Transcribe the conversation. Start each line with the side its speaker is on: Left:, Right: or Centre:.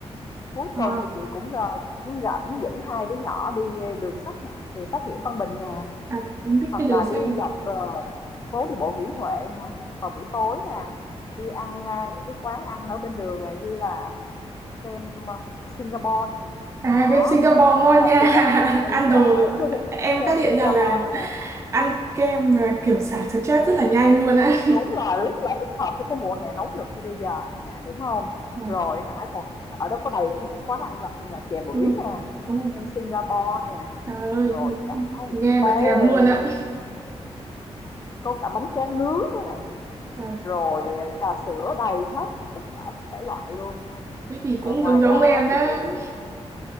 Left: cuối
Right: Ờ,
Left: tuần thì chị cũng rồi cũng rảnh dẫn hai đứa nhỏ đi đường sách nè đường sách Nguyễn Văn Bình nè
Right: à, em biết
Left: hoặc
Right: cái đường
Left: là đi
Right: xanh
Left: dọc ờ, phố đi bộ Nguyễn Huệ nè vào buổi tối nè đi ăn à, những cái quán ăn ở bên đường này như là Kem, ờ, Singapore này
Right: à
Left: đó,
Right: cái Singapore ngon
Left: hoặc là
Right: nha
Left: chè đúng
Right: <laughs> ăn
Left: rồi,
Right: đồ
Left: <laughs>
Right: em
Left: kem
Right: phát hiện
Left: Singapore
Right: ra là
Left: nè,
Right: ăn kem là kiểu xả stress rất là nhanh luôn á
Left: đúng là rất là thích hợp cho cái mùa hè nóng được như bây giờ nữa nè, đúng không
Right: Ờ,
Left: Rồi hả, còn ăn ở đó có đầy những cái quán ăn vặt như là chè bưởi
Right: ừ,
Left: nè,
Right: đúng rồi.
Left: em Singapore nè,
Right: trời ơi
Left: rồi cả những
Right: nghe mà
Left: cái,
Right: thèm luôn
Left: ừm,
Right: á
Left: có cả bánh tráng nướng nữa này,
Right: Ờ,
Left: rồi, à, trà sữa đầy hết tất cả các thể loại luôn.
Right: thế thì cũng
Left: Rồi ngoài
Right: giống giống
Left: ra
Right: em
Left: thì
Right: đó
Left: chị